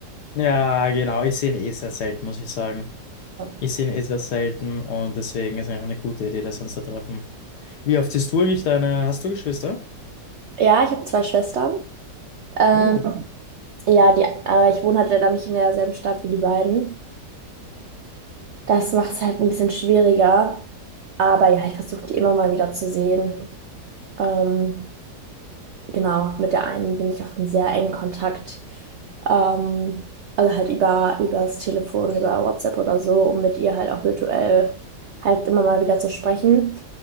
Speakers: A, on the left (about 70°); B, on the right (about 90°).
A: Ja, genau, ich sehe ihn eh sehr selten, muss ich sagen.
B: Ja,
A: Ich sehe ihn eh sehr selten und deswegen ist eigentlich eine gute Idee, dass wir uns da treffen. Wie oft siehst du eigentlich deine? Hast du Geschwister?
B: Ja, ich habe zwei Schwestern. Ähm,
A: Oh.
B: ja, die, aber ich wohne halt leider nicht in derselben Stadt wie die beiden. Das macht es halt ein bisschen schwieriger. Aber ja, ich versuche die immer mal wieder zu sehen. Ähm, Genau, mit der einen bin ich auch in sehr engen Kontakt. Ähm, also halt über, über das Telefon, über WhatsApp oder so, um mit ihr halt auch virtuell halt immer mal wieder zu sprechen.